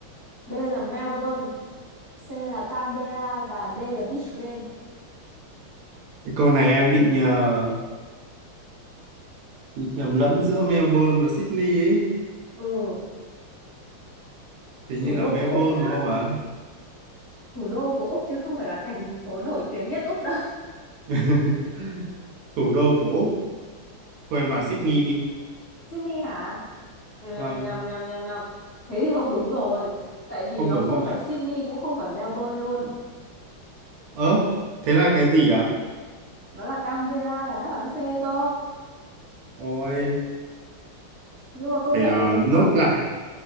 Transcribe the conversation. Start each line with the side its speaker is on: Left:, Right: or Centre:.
Left: B là Melbourne, C là Canberra và D là Brisbane.
Right: Cái câu này em bị nhờ bị nhầm lẫn giữa Melbourne và Sydney ấy.
Left: Ừ,
Right: thì
Left: thủ
Right: như
Left: đô
Right: là Melbourne
Left: của Úc nhá.
Right: đúng không ạ?
Left: Thủ đô của Úc chứ không phải là thành phố nổi tiếng nhất Úc đâu. <laughs>
Right: <laughs> thủ đô của Úc thôi em bảo Sydney đi
Left: Sydney hả? Ừ,
Right: vâng
Left: nhầm nhầm nhầm nhầm thế thì không đúng rồi tại vì
Right: không
Left: nó
Right: đúng
Left: không phải
Right: ạ
Left: Sydney cũng không phải Melbourne luôn
Right: ớ thế là cái gì ạ
Left: nó là Canberra là đáp án C cơ
Right: ôi
Left: nhưng mà công
Right: phải
Left: nhận
Right: ờ,
Left: là bình
Right: nốt
Left: thường
Right: lại